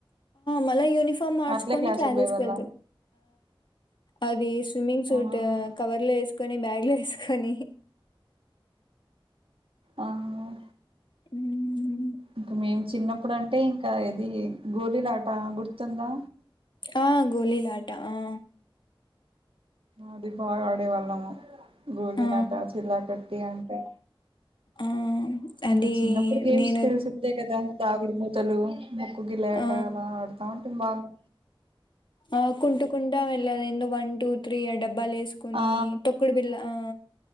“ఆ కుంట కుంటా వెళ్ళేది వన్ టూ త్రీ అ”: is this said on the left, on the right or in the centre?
Left